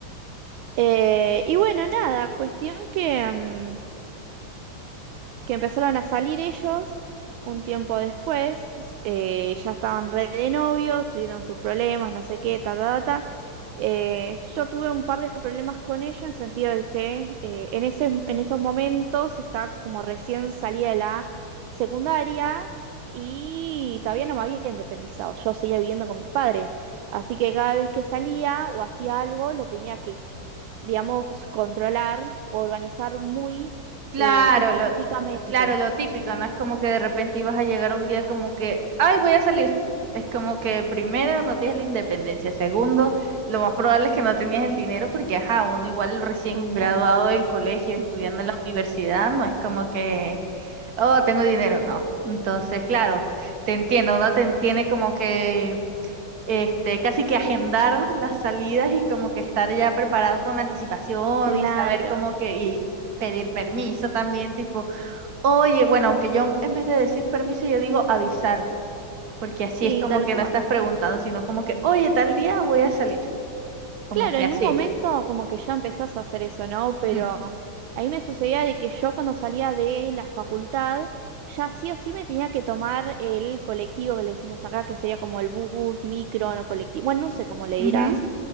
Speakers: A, on the right; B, on the right.
A: Eh, y bueno, nada, cuestión que... mm, que empezaron a salir ellos un tiempo después, eh, ya estaban re de novios, tuvieron sus problemas, no sé qué, ta, ta, ta. ta. Eh, yo tuve un par de problemas con ellos en sentido de que eh, en ese, en esos momentos estaba como recién salía de la secundaria y todavía no me había independizado, yo seguía viviendo con mis padres, así que cada vez que salía o hacía algo lo tenía que digamos, controlar o organizar muy
B: Claro,
A: eh, específicamente.
B: lo, claro, lo típico, no es como que de repente ibas a llegar un día como que, ay, voy a salir. Es como que primero no tienes la independencia, segundo, lo más probable es que no tenías el dinero porque, ajá, uno igual recién
A: También.
B: graduado del colegio, estudiando
A: Ujú.
B: en la universidad, no es como que, oh, tengo dinero, no. Entonces, claro, te entiendo, uno te- tiene como que este, casi que agendar las salidas y como que estar ya preparado con anticipación
A: Claro,
B: y saber como que, y pedir permiso también, tipo, oye, bueno, aunque yo en vez de decir permiso, yo digo avisar, porque así
A: sí,
B: es como
A: tal
B: que
A: cual.
B: no estás preguntando, sino como que, oye, tal día voy a salir, como
A: Claro,
B: que
A: en
B: así.
A: un momento como que ya empezás a hacer eso, ¿no? Pero
B: Ujú,
A: a mí me sucedía de que yo cuando salía de la facultad, ya sí o sí me tenía que tomar el colectivo que le decimos acá, que sería como el bus, micro, no colectivo, bueno, no sé cómo le dirás,
B: ujú,